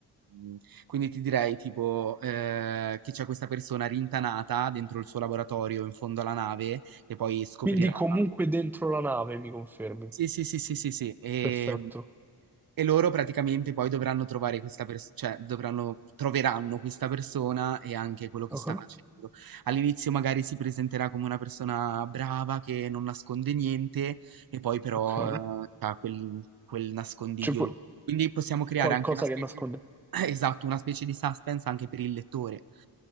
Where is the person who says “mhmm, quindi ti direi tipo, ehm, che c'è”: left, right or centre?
Right